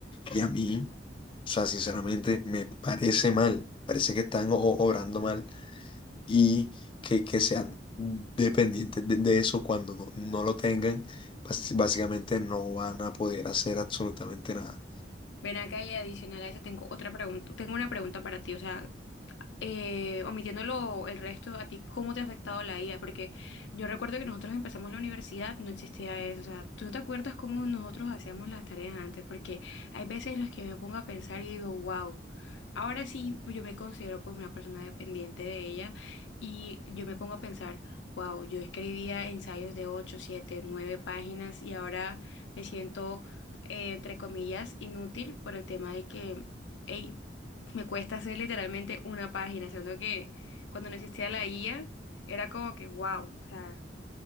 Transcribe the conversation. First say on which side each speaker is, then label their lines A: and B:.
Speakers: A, on the left (about 30°); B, on the left (about 85°).
A: Y a mí, o sea, sinceramente, me parece mal, parece que están o- obrando mal y que, que sean dependientes de, de eso cuando no, no lo tengan, bas- básicamente no van a poder hacer absolutamente nada.
B: Ven acá y adicional a eso tengo otra pregunta, tengo una pregunta para ti, o sea, eh, omitiéndolo el resto, ¿a ti cómo te ha afectado la IA? Porque yo recuerdo que nosotros empezamos la universidad, no existía eso, o sea, tú no te acuerdas cómo nosotros hacíamos las tareas antes, porque hay veces en las que me pongo a pensar y digo, wow. Ahora sí, yo me considero pues una persona dependiente de ella y yo me pongo a pensar, wow, yo escribía ensayos de 8 7 9 páginas y ahora me siento, eh, entre comillas, inútil por el tema de que, hey, me cuesta hacer literalmente una página, siendo que cuando no existía la IA era como que wow, o sea,